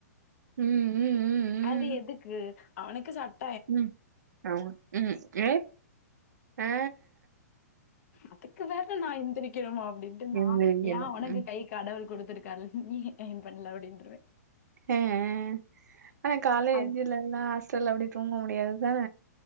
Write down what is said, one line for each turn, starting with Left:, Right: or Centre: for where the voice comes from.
Right: ம், ம், ம்,
Left: அது
Right: ம்,
Left: எதுக்கு அவுனுக்கு சட்
Right: ம் ஆமா ம் ஏ ஆ
Left: அதுக்கு வேற நா எந்திரிக்கனுமா அப்டின்ட்டு நா
Right: எந்திரிக்கல.
Left: ஏ உனக்கு
Right: ம்.
Left: கை கடவுள் கொடுத்திருக்காருல நீ யே அய்ன் பண்ணுல அப்டின்றுவே
Right: அ அ ஆனா காலேஎஜ்
Left: அது
Right: இல்லனா ஹாஸ்டல் அப்டி தூங்க முடியாதுதான